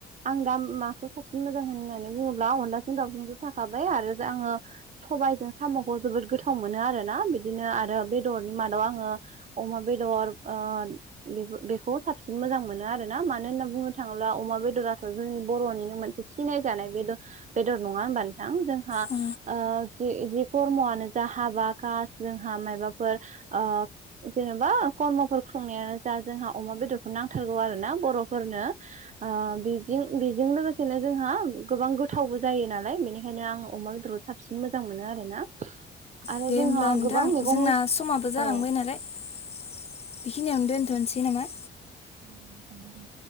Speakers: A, on the right; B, on the left.
A: आं दा माखौ साबसिन मोजां होननानै बुङोब्ला अलाजों दउ' थाखाबाय आरो आङो सबायजों साम'खौ जोबोद गोथाव गोथाव मोनो आरो ना बिदिनो आरो बेदरनि मादाव आङो अमा बेदर बे बेखौ साबसिन मोजां मोनो आरो ना मानो होनना बुंनो थाङोब्ला अमा बेदराथ' जोंनि बर'निनोमोन सिसिनाय जानाय बेर बेदर नङा होनबा नोथां? जोंहा
B: औ
A: ओ जि जि खरमआनो जा हाबा खास जोंहा मायबाफोर ओ जेन'बा कर्मफोर खुंनायानो जा जोंहा अमा बेदरखौ नांथारगौ आरो ना बर'फोरनो। ओ बेजों बेजों लोगोसेनो जोंहा गोबां थावबो जायो नालाय बेनिखायनो आं अमा बेदरखौ साबसिन मोजां मोनो आरोना। आरो
B: दे
A: जोंहा
B: होमब्ला नोंथां
A: गोबां मैगं
B: जोंना समाबो
A: औ
B: जालांबाय नालाय बेखिनियावनो दोनथ'नोसै नामा।
A: औ थ दोन